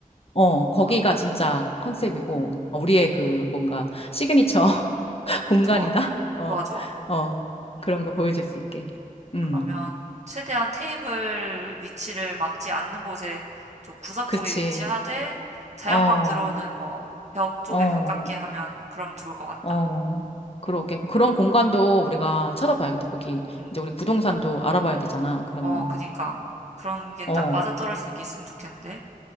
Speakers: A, on the left; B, on the right.
A: 어, 거기가
B: 어, 어,
A: 진짜 컨셉이고, 어, 우리의 그 뭔가 시그니처 <laughs> 공간이다?
B: 좋아,
A: 어,
B: 좋아, 좋아.
A: 어, 그런
B: 음,
A: 거 보여줄 수 있게. 음.
B: 그러면 최대한 테이블 위치를 막지 않는 곳에 좀 구석
A: 그치.
B: 쪽에 위치하되 자연광
A: 어,
B: 들어오는 뭐 벽 쪽에
A: 어,
B: 가깝게 하면 그럼 좋을 것 같다.
A: 어. 그러게. 그런 공간도 우리가 찾아봐야겠다. 거기,
B: 응.
A: 이제 우리 부동산도 알아봐야 되잖아. 그러면은.
B: 어, 그니까. 그런 게 딱
A: 어,
B: 맞아떨어지는 게 있으면 좋겠는데.